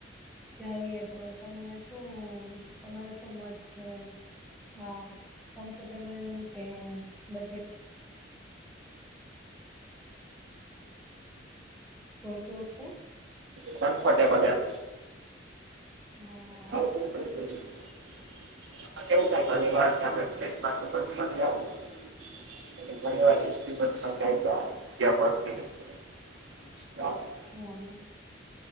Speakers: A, in the centre; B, on the right (about 70°).
A: જાઈએ તો તમને શું તમારું શું મત છે? હા કમ્ફર્ટેબલ કે બજેટ શું ક્યો છો?
B: કમ્ફરટેબલ એમ
A: હા.
B: <inaudible> <unintelligible> <unintelligible> <unintelligible>
A: હા